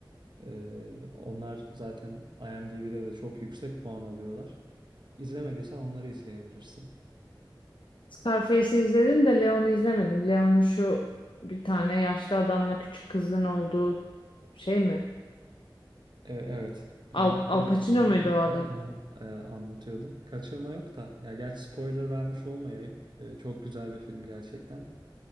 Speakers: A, on the right; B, on the left.
A: Ee, onlar zaten IMDb'de de çok yüksek puan alıyorlar. İzlemediysen onları izleyebilirsin.
B: Scarface'i izledim de Leon'u izlemedim. Leon'un şu bir tane yaşlı adamla küçük kızın olduğu şey mi?
A: E, evet. Matilda
B: Al, Al Pacino
A: diye bir
B: muydu
A: kız
B: o
A: var.
B: adam?
A: Onu e, anlatıyordu. Kaçırma yok da. Ya gerçi spoiler vermiş olmayayım. E, çok güzel bir film gerçekten.